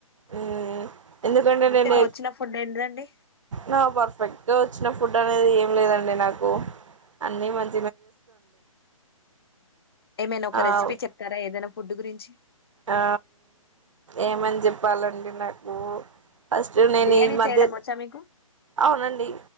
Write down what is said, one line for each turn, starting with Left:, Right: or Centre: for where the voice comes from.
Right: ఉ ఎందుకంటే నేను
Left: వచ్చిన ఫుడ్ ఏంటిదండి
Right: నా పర్ఫెక్ట్ గా వచ్చిన ఫుడ్ అనేది ఏమ్ లేదండి నాకు అన్ని మన్
Left: ఏమైన ఒక
Right: ఆ
Left: రెసిపీ చెప్తారా ఏదైనా ఫుడ్ గురించి
Right: ఆ ఏమని చెప్పాలండి నాకూ ఫస్ట్ నేను
Left: బిర్యానీ
Right: ఈ మధ్య
Left: చేయడం వచ్చా మీకు
Right: అవునండి